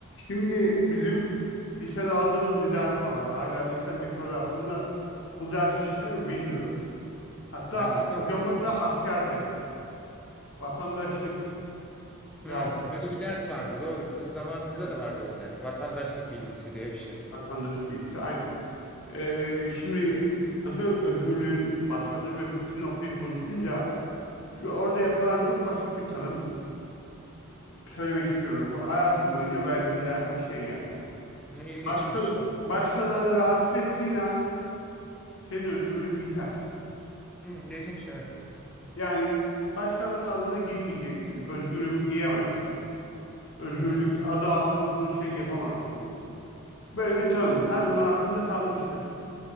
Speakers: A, on the left; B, in the centre.
A: Şimdi bizim lisede aldığımız bir ders vardı. Hala lise müfredatında bu ders işliyor mu bilmiyorum. Hatta
B: Hangisi?
A: hocamız da askerdi. Vatandaşlık
B: Hmm,
A: dersi.
B: öyle bir ders vardı doğru. Bizim zamanımızda
A: Evet,
B: da vardı o ders. Vatandaşlık bilgisi diye bir şey.
A: vatandaşlık bilgisi aynen. Ee, şimdi hazır özgürlüğün başladığı ve bittiği noktayı konuşunca şu orada yapılan çok basit bir tanımı söylemek istiyorum. Bu hayatım boyunca benimle giden bir şey yani.
B: Ne ilginçmiş.
A: Başka, başkalarını rahatsız ettiğin an senin özgürlüğün biter.
B: Hmm, ilginç evet.
A: Yani başkalarının adına girmeyeceksin. Özgürüm diyemezsin. Özgürlük
B: Hı hı.
A: adı altında bunu şey yapamazsın. Böyle bir tanım her zaman aklımda kalmıştır.